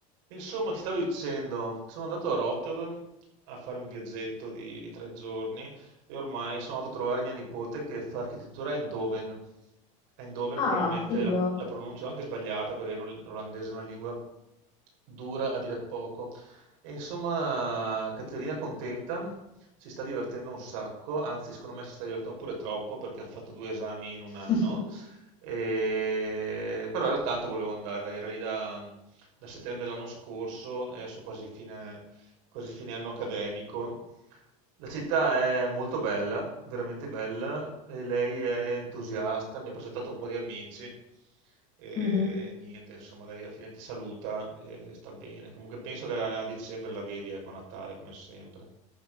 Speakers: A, on the right (about 60°); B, on the left (about 25°).
A: Insomma, ti stavo dicendo, sono andato a Rotterdam a fare un viaggetto di, di tre giorni e ormai sono andato a trovare mia nipote che fa architettura a Eindhoven. Eindhoven probabilmente
B: Ah, figo.
A: la, la pronuncio anche sbagliata perché l'ol- l'olandese è una lingua dura a dire poco. E insomma, Caterina è contenta, si sta divertendo un sacco, anzi secondo me si sta divertendo pure troppo perché ha fatto due esami in un anno.
B: <laughs>
A: E- Però era tanto che volevo andare, dai, era lì da da settembre dell'anno scorso e adesso quasi fine, quasi fine anno accademico. La città è molto bella, veramente bella, e lei è entusiasta, mi ha presentato un po' di amici e
B: Mhm.
A: niente, insomma, dai, alla fine ti saluta e sta bene. Comunque penso che a dicembre la vedi, ecco, a Natale, come sempre.